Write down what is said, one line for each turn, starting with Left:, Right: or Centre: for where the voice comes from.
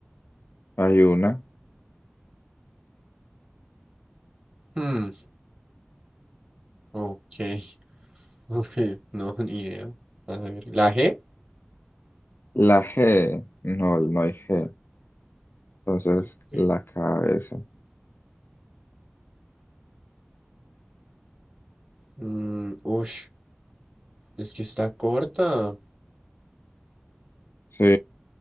Left: hay una.
Right: Hmm, ok. <laughs> Ok, no, ni idea. A ver, la G.
Left: La G, no, no hay G. Entonces,
Right: Ok.
Left: la cabeza.
Right: Mm, ush, es que está corta.
Left: Sí,